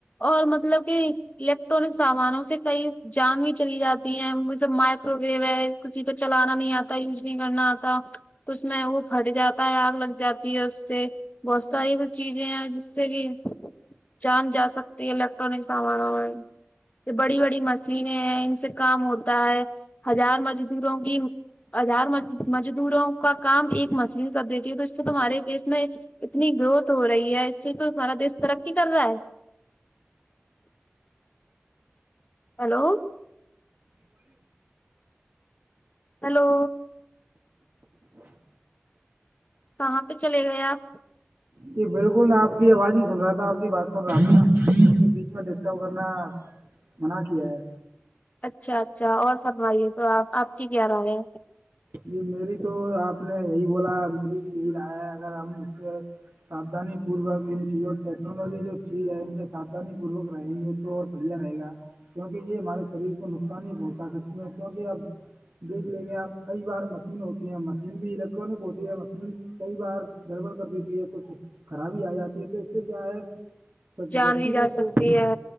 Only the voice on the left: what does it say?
اور مطلب کہ الیکٹرانک سامانوں سے کئی جان بھی چلی جاتی ہے جب مائکرو ویو ہے کسی پہ چلانا نہیں آتا یوز نہیں کرنا تو اس میں وہ پھٹ جاتا ہے آگ لگ جاتی ہے اس سے بہت ساری کچ چیزیں جس سے بھی جان جا سکتی ہے الیکٹرانک سامانوں میں بڑی بڑی مشینیں ہیں ان سے کام ہوتا ہے ہزار مزدوروں کی ازھار مزدوروں کا کام ایک مسین کر دیتی ہ تو اس سے تمہارے دیس میں اتنی گروتھ ہو رہی ہے اس سے تو تمہارا دیش ترقی کر رہا ہے ہیلو
ہیلو کہاں پہ چلے گئے آپ
اچھا اچھا اور فرمائیے تو آپ آپ کی کیا راہ ہے
جان بھی جا
سکتی ہے